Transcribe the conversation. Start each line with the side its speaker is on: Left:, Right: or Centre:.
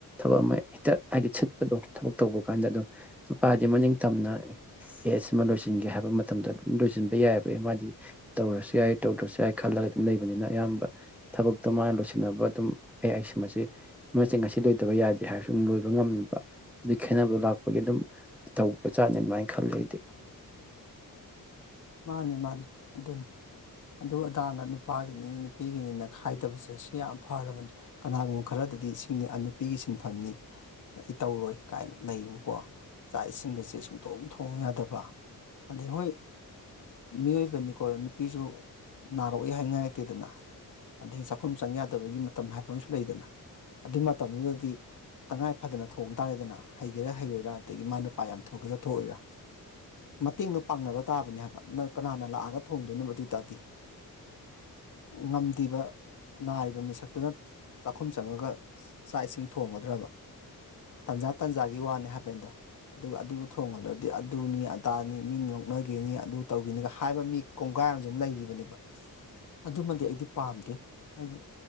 Centre: ꯑ ꯑꯃ ꯍꯦꯛꯇ ꯍꯥꯏꯗꯤ ꯁꯤꯠꯄꯗꯣ ꯊꯕꯛ ꯇꯧꯕ ꯀꯥꯟꯗ ꯑꯗꯣ ꯅꯨꯄꯥꯗꯤ ꯃꯅꯤꯡ ꯇꯝꯅ ꯑꯦ ꯁꯤꯃ ꯂꯣꯏꯁꯤꯟꯒꯦ ꯍꯥꯏꯕ ꯃꯇꯝꯗ ꯑꯗꯨꯝ ꯂꯣꯏꯁꯤꯟꯕ ꯌꯥꯏꯑꯕ ꯑꯦ ꯃꯥꯗꯤ ꯇꯧꯔꯁꯨ ꯌꯥꯏ ꯇꯧꯗ꯭ꯔꯁꯨ ꯌꯥꯏ ꯈꯜꯂꯒꯗꯤ ꯂꯩꯕꯅꯤꯅ ꯑꯌꯥꯝꯕ ꯊꯕꯛꯇꯣ ꯃꯥꯅ ꯂꯣꯏꯁꯤꯟꯅꯕ ꯑꯗꯨꯝ ꯑꯩ ꯑꯩ ꯁꯤꯃ ꯃꯁꯤ ꯉꯁꯤꯗ ꯂꯩꯠꯇꯕ ꯌꯥꯗꯦ ꯍꯥꯏꯔꯁꯨ ꯂꯣꯏꯕ ꯉꯝꯃꯤꯕ ꯑꯗꯨꯒꯤ ꯈꯦꯠꯅꯕꯗꯨ ꯂꯥꯛꯄꯒꯤ ꯑꯗꯨꯝ ꯇꯧꯕꯖꯥꯠꯅꯤ ꯑꯗꯨꯃꯥꯏꯅ ꯈꯂꯦ ꯑꯩꯗꯤ
Left: ꯃꯥꯅꯤ ꯃꯥꯅꯤ ꯑꯗꯨꯅꯤ ꯑꯗꯨ ꯑꯗꯥꯅ ꯅꯨꯄꯥꯒꯤꯅꯤ ꯅꯨꯄꯤꯒꯤꯅꯤꯅ ꯈꯥꯏꯗꯕꯁꯦ ꯁꯤ ꯌꯥꯝ ꯐꯔꯕꯅꯤ ꯀꯅꯥꯒꯨꯝꯕ ꯈꯔꯗꯗꯤ ꯁꯤꯁꯤꯡꯅꯤ ꯅꯨꯄꯤꯒꯤ ꯁꯤꯟꯐꯝꯅꯤ ꯑꯩ ꯇꯧꯔꯣꯏ ꯀꯥꯏꯅ ꯂꯩꯌꯦꯕꯀꯣ ꯆꯥꯛ ꯏꯁꯤꯡꯒꯁꯦ ꯁꯨꯡꯊꯣꯡ ꯊꯣꯡ ꯌꯥꯗꯕ ꯑꯗꯩ ꯍꯣꯏ ꯃꯤꯑꯣꯏꯕꯅꯤꯀꯣ ꯅꯨꯄꯤꯁꯨ ꯅꯥꯔꯛꯏ ꯍꯥꯏꯉꯥꯏꯇꯦꯗꯅ ꯑꯗꯒꯤ ꯆꯥꯛꯈꯨꯝ ꯆꯪ ꯌꯥꯗꯕꯒꯤ ꯃꯇꯝ ꯍꯥꯏꯕ ꯑꯃꯁꯨ ꯂꯩꯗꯅ ꯑꯗꯨꯏ ꯃꯇꯝꯗꯨꯗꯗꯤ ꯇꯉꯥꯏ ꯐꯗꯅ ꯊꯣꯡꯕ ꯇꯥꯔꯦꯗꯅ ꯍꯩꯒꯦꯔꯥ ꯍꯩꯔꯣꯏꯔ ꯑꯗꯒꯤ ꯃꯥꯅꯄꯥ ꯌꯥꯝ ꯊꯣꯛꯀꯦꯔꯥ ꯊꯣꯛꯑꯣꯏꯔꯥ ꯃꯇꯦꯡꯅ ꯄꯥꯡꯅꯕ ꯇꯥꯕꯅꯦ ꯍꯥꯏꯕ ꯅꯪ ꯀꯅꯥꯅ ꯂꯥꯛꯑꯒ ꯊꯣꯡꯗꯣꯏꯅꯣ ꯑꯗꯨ ꯑꯣꯏꯇꯥꯔꯗꯤ ꯉꯝꯗꯕ ꯅꯥꯔꯤꯕ ꯃꯤꯁꯛꯇꯨꯅ ꯆꯥꯛꯈꯨꯝ ꯆꯪꯉꯒ ꯆꯥꯛ ꯏꯁꯤꯡ ꯊꯣꯡꯒꯗ꯭ꯔꯕ ꯇꯟꯖꯥ ꯇꯟꯖꯥꯒꯤ ꯋꯥꯅꯤ ꯍꯥꯏꯕꯅꯤꯗ ꯑꯗꯨꯒ ꯑꯗꯨꯕꯨ ꯊꯣꯡꯍꯜꯂꯗꯤ ꯑꯗꯨꯅꯤ ꯑꯗꯥꯅꯤ ꯃꯤ ꯅꯣꯛꯅꯈꯤꯅꯤ ꯑꯗꯨ ꯇꯧꯈꯤꯅꯤꯒ ꯍꯥꯏꯕ ꯃꯤ ꯀꯣꯡꯒꯥꯏ ꯑꯃꯁꯨꯝ ꯂꯩꯔꯤꯕꯅꯦꯕ ꯑꯗꯨꯃꯗꯤ ꯑꯩꯗꯤ ꯄꯥꯝꯗꯦ ꯑꯩꯗꯤ